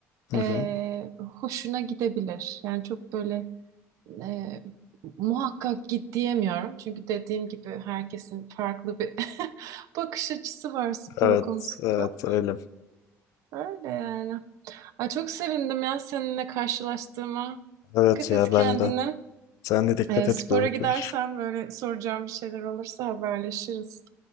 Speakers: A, on the left (about 75°); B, on the right (about 70°).
A: Hı
B: e,
A: hı.
B: hoşuna gidebilir. Yani çok böyle e, muhakkak git diyemiyorum. Çünkü dediğim gibi herkesin farklı bir <laughs> bakış açısı var spor
A: Evet,
B: konusunda.
A: evet öyle.
B: Öyle yani. Ay, çok sevindim ya seninle karşılaştığıma.
A: Evet
B: Dikkat
A: ya
B: et kendine.
A: ben de. Sen de dikkat
B: E,
A: et
B: spora
A: görüşürüz.
B: gidersen böyle soracağım bir şeyler olursa haberleşiriz.